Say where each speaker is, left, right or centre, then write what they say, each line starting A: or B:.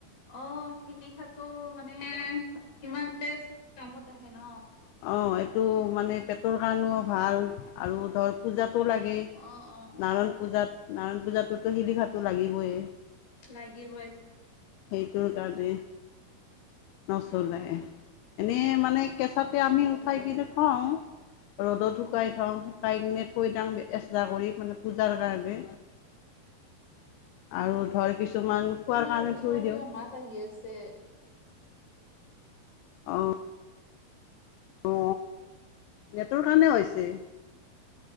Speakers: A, on the left; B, on the left.
A: অ শ নিিখাো <unintelligible> মানে ইমান যে কামত আহে ন
B: অ এইটো মানে পেটৰ কাৰণেও ভাল আৰু ধৰ পূজাত লাগেই
A: অ', অ',
B: নাৰায়ণ পূজাত নাৰায়ণ পূজাতটোতো শিলিঘাটো লাগিবই
A: লাগিবই
B: সেইটোৰ কাৰণে নচলে এনেই মানে
A: অ',
B: কেঁচাতে
A: অ',
B: আমি
A: হয়
B: উঠাই
A: বাৰু
B: কিনে থওঁ ৰ'দত শুকাই থওঁ শুকাই কিনে থৈ থাওঁ এসা কৰি মানে পূজাৰ কাৰণে
A: <inaudible>
B: আৰু ধৰ কিছুমান খোৱাৰ
A: তোমাৰ
B: কাৰণে
A: ওচৰত
B: থুই
A: কিবা
B: দিওঁ
A: মাত আহি আছে
B: আহ অ নেটৰ কাৰণে হৈছে